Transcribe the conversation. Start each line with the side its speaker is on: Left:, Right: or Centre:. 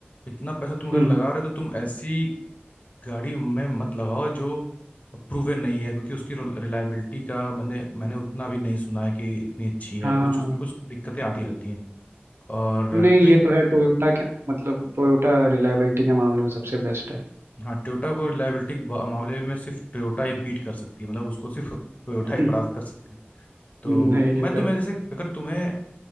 Left: इतना पैसा तुम अगर
Right: हम्म
Left: लगा रहे हो तो तुम ऐसी गाड़ी में मत लगाओ जो प्रूवन नहीं है क्योंकि उसकी रिलायबिलिटी का मैंने मैंने उतना भी नहीं सुना है कि इतनी अच्छी है
Right: हाँ
Left: कुछ उसमें कुछ दिक्कतें आती रहती हैं और
Right: नहीं
Left: ट्विन
Right: ये तो है टोयोटा के मतलब टोयोटा रिलायबिलिटी के मामले में सबसे बेस्ट
Left: हाँ टोयोटा को रिलायबिलिटी के मामले में सिर्फ टोयोटा ही बीट कर सकती है मतलब उसको सिर्फ टोयोटा
Right: है
Left: ही परास्त कर सकती है तो
Right: नहीं
Left: मैं
Right: ये
Left: तुम्हें
Right: तो है
Left: जैसे अगर तुम्हें